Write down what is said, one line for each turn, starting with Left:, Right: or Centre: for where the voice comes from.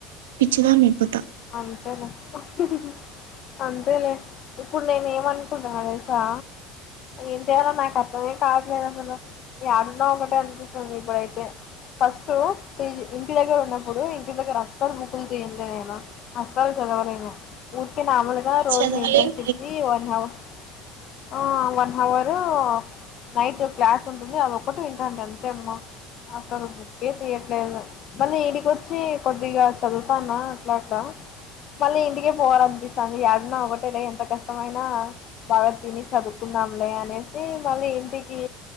Right: పిచ్చిదాని అయిపోతా.
Left: అంతేలె హ్హ్హ్ అంతే లే ఇప్పుడు నేను ఏమనుకుంటును తెలుసా ఏం చేయాలో నాకు అర్ నువ్వే తాగలేదు అసలు ఏడున్నావ్ ఒక టయానికి ఇప్పుడు నీకు బయటే ఫస్ట్ ఈజీ ఇంటి దగ్గర ఉన్నప్పుడు ఇంటి దగ్గర అస్తాలు ముకులు తీయాన్నేనా అసలు చదవలేను ఊరికే మామూలుగా రోజు
Right: చదవలేం
Left: ఇంటని చెప్ది వన్ హవర్ ఆ వన్ అవరు నైట్ ఓ క్లాస్ ఉంటుంది అది ఒకక్కటి వింటాండి అంతేమ అసలు బుకే తీయట్లేదు మళ్ళీ ఈడికొచ్చి కొద్దిగా చదువుతానా అట్లా అట్లా మళ్ళీ ఇంటికే పోవాల అనిపిస్తాంది ఏడున్నా ఒకటే లె ఎంత కష్టమైనా బాగా తిని చదువుకుందం లె అనేసి మళ్ళీ ఇంటికి